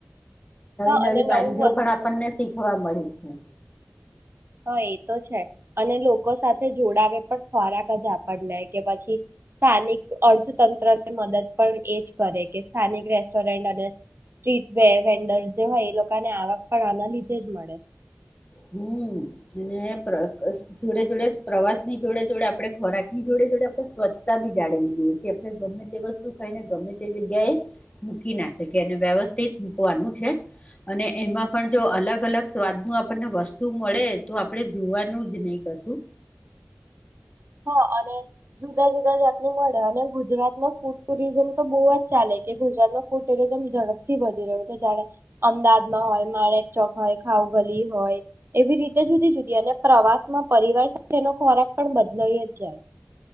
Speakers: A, on the right; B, on the left.
A: હા
B: નવી
A: અને
B: વાનગીઓ
A: નવું વસ્તુ
B: પણ આપણને શીખવા મળી છે.
A: હા એ તો છે અને લોકો સાથે જોડાવે પણ ખોરાક જ આપણને કે પછી સ્થાનિક અર્થતંત્ર ને મદદ પણ એજ કરે કે સ્થાનિક રેસ્ટોરન્ટ અને સ્ટ્રીટ વે વેન્ડર જે હોય એ લોકોને આવક પણ આના લીધે જ મળે.
B: હમ્મ અને જોડે જોડે પ્રવાસ ની જોડે જોડે આપડે ખોરાક ની જોડે જોડે આપણે સ્વચ્છતા બી જાળવી જોઈએ કે આપણે ગમે તે વસ્તુ કઈને ગમે તે જગ્યાએ મૂકી ના શકે એ વ્યવસ્થિત મૂકવાનું છે અને એમાં પણ જો અલગ અલગ સ્વાદ નું આપણને વસ્તુ મળે તો આપડે જોવાનું જ નહી કશું
A: હ અને જુદા જુદા જાતની મળે અને ગુજરાતમાં ફૂડ ટુરિઝમ તો બહુ જ ચાલે કે ગુજરાતમાં ફૂડ ટુરિઝમ ઝડપથી વધી રહ્યું છે જાણે અમદાવાદમાં હોય માણેક ચોક હોય ખઉગલી હોય એવી રીતે જુદી જુદી અને પ્રવાસમાં પરિવાર સાથેનો ખોરાક પણ બ લઇ જ જાય